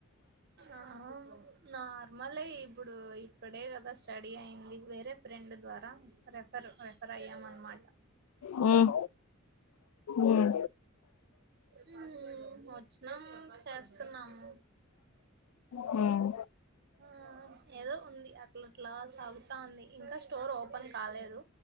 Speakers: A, on the right; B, on the left.
A: ఆ నార్మలే ఇప్పుడు ఇప్పుడే కదా స్టడీ అయింది వేరే ఫ్రెండ్ ద్వారా రెఫర్ రెఫర్ అయ్యాం అనమాట
B: మ్ మ్
A: మ్ వచ్చినం చేస్తున్నాము
B: హ్మ్
A: ఆ ఏదో ఉంది అట్లా అట్లా సాగుతా ఉంది ఇంకా స్టోర్ ఓపెన్ కాలేదు